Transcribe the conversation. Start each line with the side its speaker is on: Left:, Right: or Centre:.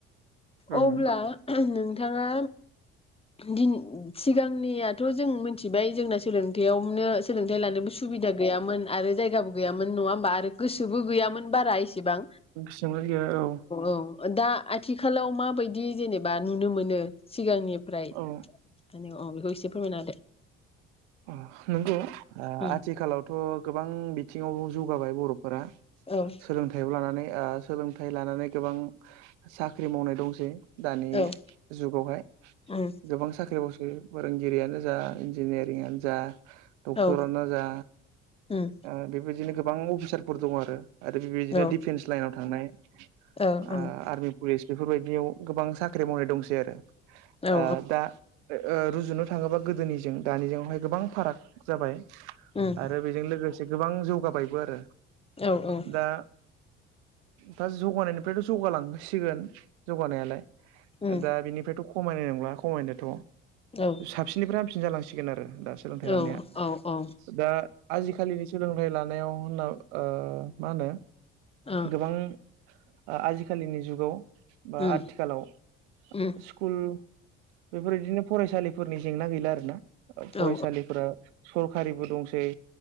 Right: ओं
Left: अब्ला नोंथाङा दिन सिगांनिया थ जों मिथिबाय जोंना सोलों देयावनो सोंलों देलानोबो सुबिदा गैयामोन। आरो जायगाबो गैयामोन नङा होमबा आरो गोसोबो गैयामोन बारा एसेबां।
Right: गोसोआवनो गैया औ।
Left: औ दा आथिखालाव माबायदि जेनेबा नुनो मोनो सिगांनि फ्राय
Right: औ
Left: मानि अ बेखौ एसे फोरमायना होदो।
Right: अ नोंगौ। ओ
Left: उम
Right: आथिखालावथ । गोबां बिथिङाव जौगाबाय बर फोरा
Left: औ
Right: सोलोंथाइआव लानानै ओ सोलोंथाइ लानानै गोबां साख्रि मावनाय दंसै। दानि
Left: औ
Right: जुगावहाय
Left: उम
Right: गोबां साख्रि ओ फोरोंगिरियानो जा इन्जिनियार यानो जा डक्टरानो
Left: औ
Right: जा
Left: उम
Right: ओ बेबायदिनो गोबां अफिसारफोर दङ आरो। आरो बेबायदिनो
Left: औ
Right: डिफेन्स लाइनाव थांनाय
Left: औ
Right: ओ
Left: उम
Right: आर्मि पुलिस बेफोरबायदियाव गोबां साख्रि मावनाय दंसै आरो।
Left: औ
Right: आह दा ओ रुजुनो थाङोबा गोदोनिजों दानिजोंआवहाय गोबां फाराग जाबाय।
Left: उम
Right: आरो बेजों लोगोसे गोबां। जौगाबायबो आरो।
Left: औ औ।
Right: दा दा जौगानायनिफ्रायथ जौगालांसिगोन। जौगानायालाय
Left: उम
Right: दा बिनिफ्रायथ ख खमायनाय नंला खमायनायाथ।
Left: औ
Right: साबसिननिफ्राय हामसिन जालांसिगोन। सिखोन आरो दा सोलोंथाइ
Left: औ
Right: लानाया
Left: औ औ
Right: दा आजिखालिनि सोलोंथाइ लानायाव होनना ओ मा होनो
Left: ओ
Right: गोबां आ आजिखालिनि जुगाव
Left: उम
Right: बा आथिखालाव
Left: उम
Right: स्कुल बेफोरबायदिनो फरायसालिफोरनि जेंना गैला आरो ना। फरायसालिफोरा
Left: औ
Right: सरकारिबो दंसै सै